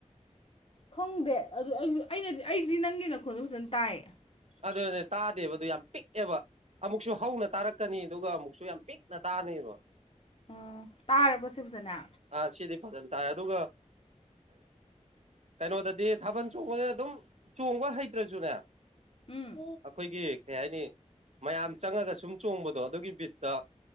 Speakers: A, on the left; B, on the right.
A: ꯈꯪꯗꯦ ꯑꯗꯨ ꯑꯩꯁꯨ ꯑꯩꯅꯗꯤ ꯑꯩꯗꯤ ꯅꯪꯒꯤ ꯅꯈꯣꯟꯗꯣ ꯐꯖꯅ ꯇꯥꯏꯌꯦ
B: ꯑꯗꯨ ꯑꯗꯨ ꯇꯥꯗꯦꯕ ꯑꯗꯨ ꯌꯥꯝ ꯄꯤꯛꯑꯦꯕ ꯑꯃꯨꯛꯁꯨ ꯍꯧꯅ ꯇꯥꯔꯛꯀꯅꯤ ꯑꯗꯨꯒ ꯑꯃꯨꯛꯁꯨ ꯌꯥꯝ ꯄꯤꯛꯅ ꯇꯥꯅꯦꯕ
A: ꯑꯣ ꯇꯥꯔꯕꯣ ꯁꯤ ꯐꯖꯅ
B: ꯑꯥ ꯁꯤꯗꯤ ꯐꯖꯅ ꯇꯥꯏ ꯑꯗꯨꯒ ꯀꯩꯅꯣꯗꯗꯤ ꯊꯥꯕꯜ ꯆꯣꯡꯕꯗ ꯑꯗꯨꯝ ꯆꯣꯡꯕ ꯍꯩꯇ꯭ꯔꯁꯨꯅꯦ
A: ꯎꯝ
B: ꯑꯩꯈꯣꯏꯒꯤ ꯀꯩ ꯍꯥꯏꯅꯤ ꯃꯌꯥꯝ ꯆꯪꯉꯒ ꯁꯨꯝ ꯆꯣꯡꯕꯗꯣ ꯑꯗꯨꯒꯤ ꯕꯤꯠꯇ